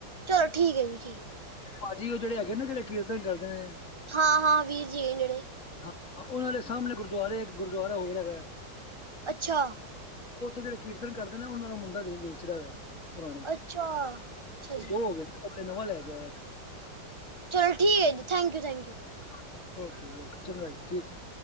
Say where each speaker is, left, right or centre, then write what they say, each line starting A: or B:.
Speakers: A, on the right; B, on the left.
A: ਚਲੋ ਠੀਕ ਹੈ ਜੀ ਠੀਕ ਐ।
B: ਭਾਜੀ ਉਹ ਜਿਹੜੇ ਹੈਗੇ ਨਾ ਜਿਹੜੇ ਕੀਰਤਨ ਕਰਦੇ ਨੇ।
A: ਹਾਂ- ਹਾਂ ਵੀਰ ਜੀ ਜਿਹੜੇ
B: ਹਾਂ ਉਹਨਾਂ ਦੇ ਸਾਹਮਣੇ ਗੁਰਦੁਆਰੇ ਗੁਰਦੁਆਰਾ ਇੱਕ ਹੋਰ ਹੈਗਾ।
A: ਅੱਛਾ।
B: ਉੱਥੇ ਜਿਹੜੇ ਕੀਰਤਨ ਕਰਦੇ ਨੇ ਉਹਨਾਂ ਦਾ ਮੁੰਡਾ ਵੇਚਦਾ ਗਾ। ਪੁਰਾਣਾ,
A: ਅੱਛਾ, ਅੱਛਾ ਜੀ
B: ਦੋ ਹੋ ਗਏ ਨਾ ਕੜੇ ਨਵਾਂ ਲੈ ਕੇ ਆ ਇੱਕ।
A: ਚਲੋ ਠੀਕ ਐ ਜੀ thank you you- thank you.
B: <unintelligible> Okay ਓ ਚੰਗਾ ਜੀ ਠੀਕ ਐ।